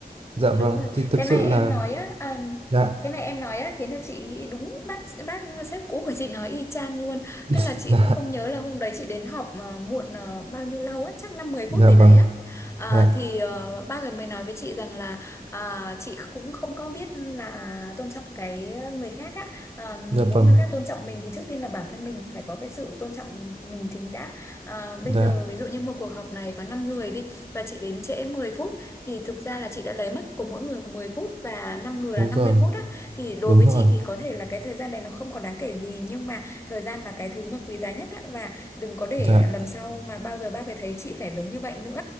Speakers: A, on the right (about 35°); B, on the left (about 15°).
A: dạ vâng
B: Đúng rồi,
A: thì thực
B: cái
A: sự
B: này em
A: là
B: nói á, à,
A: dạ
B: cái này em nói á khiến cho chị nghĩ đúng bác bác sếp cũ của chị nói y chang luôn.
A: <laughs>
B: Tức là chị
A: dạ
B: cũng không nhớ là hôm đấy chị đến họp mà muộn ờ, bao nhiêu lâu á, chắc năm mười
A: dạ
B: phút gì
A: vâng
B: đấy á. Ờ,
A: dạ
B: thì ờ, ba người mới nói với chị rằng là à, chị cũng không có biết là tôn trọng cái người khác á. Ờ,
A: dạ
B: muốn
A: vâng
B: người khác tôn trọng mình thì trước tiên là bản thân mình phải có cái sự tôn trọng mình chính đã. Ờ,
A: dạ
B: bây giờ ví dụ như một cuộc họp này có 5 người đi và chị đến trễ 10 phút thì thực ra là chị đã lấy mất của mỗi người 10 phút và 5 người
A: đúng
B: là 50
A: rồi
B: phút á thì đối
A: đúng
B: với
A: rồi
B: chị thì có thể là cái thời gian này nó không còn đáng kể gì nhưng mà thời gian là cái thứ mà quý giá nhất á và đừng có để
A: dạ
B: lần sau mà bao giờ bác ấy thấy chị phải giống như vậy nữa